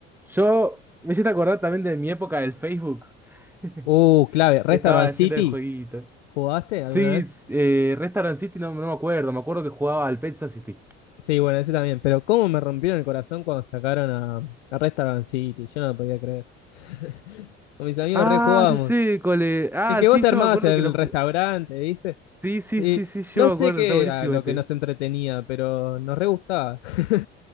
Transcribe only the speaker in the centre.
Yo me hiciste acordar también de mi época del Facebook. <laughs> que
estaba lleno
de jueguitos.
Sí,
eh, Restaurant City no, no me acuerdo, me acuerdo que jugaba al Pet City.
Ah,
ya sé, cole. Ah,
sí,
yo
me acuerdo
que lo ju-
Sí, sí,
sí, sí, yo
me
acuerdo,
está buenísimo
este.